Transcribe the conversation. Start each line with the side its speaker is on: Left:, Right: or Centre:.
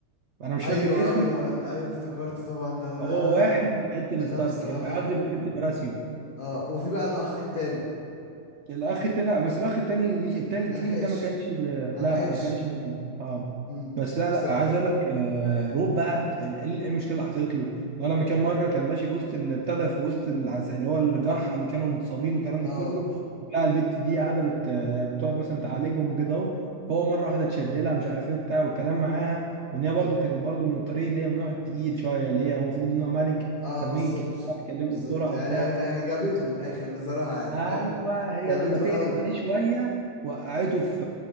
Right: انا مش
Left: ايوه
Right: فاكر إيه اسمه
Left: ايوه ايوه افتكرت طبعا ده ده
Right: هو واحد
Left: ده
Right: من عيله الستارك
Left: ده, ده بصراحه
Right: آه،
Left: كان
Right: قصدي من عيله براسيون
Left: اه وفي بقى الاخ التاني
Right: الاخ التاني لا بس الاخ التاني ليه التالت
Left: ملحقش
Right: ليهم ده ما كانش لا
Left: ملحقش
Right: لا ما كانش اه
Left: امم
Right: بس لا
Left: بصراحه
Right: لا عايز اقول لك آه، روب بقى ال- ال- ايه المشكله اللي حصلت له إن هو لما كان مره كان ماشي في وسط ال- ابتدى في وسط العس- اللي هو الجرحى اللي كانوا متصابين والكلام
Left: اه
Right: ده كله بتاع البت دي قاعده بت... بتقعد مثلا تعالجهم وكده اهو فهو مره واحده اتشد لها مش عارف ايه وبتاع والكلام معاها وان هي برده
Left: امم.
Right: كانت برده من الطريق اللي هي من النوع التقيل شويه اللي هي هو المفروض ان هو ملك
Left: اه
Right: فلما
Left: بالظبط
Right: يجي يكلمها تكلمه
Left: بالظبط
Right: بسرعه
Left: يعني
Right: وبتاع
Left: يعني جابته من الاخر بصراحه يعني
Right: ايوه
Left: فاهم
Right: هي
Left: جابته
Right: لما تقلت
Left: قوي
Right: عليه شويه وقعته في